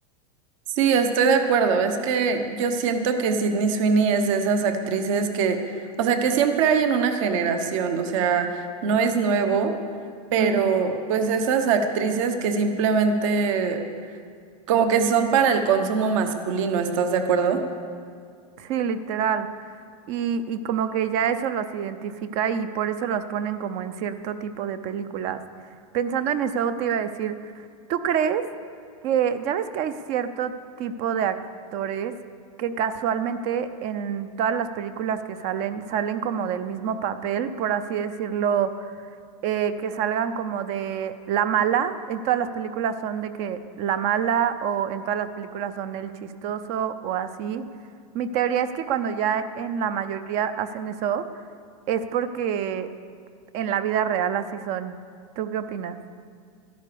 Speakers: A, on the right (about 55°); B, on the right (about 35°).
A: Sí, estoy de acuerdo. Es que yo siento que Sydney Sweeney es de esas actrices que, o sea, que siempre hay en una generación, o sea, no es nuevo, pero
B: Ujú,
A: pues esas actrices que simplemente como que son para el consumo masculino, ¿estás de acuerdo?
B: Sí, literal. Y, y como que ya eso los identifica y por eso los ponen como en cierto tipo de películas. Pensando en eso, te iba a decir, ¿tú crees que ya ves que hay cierto tipo de actores que casualmente en todas las películas que salen salen como del mismo papel, por así decirlo? eh, que salgan como de la mala, en todas las películas son de que la mala o en todas las películas son el chistoso o así. Mi teoría es que cuando ya en la mayoría hacen eso, es porque en la vida real así son. ¿Tú qué opinas?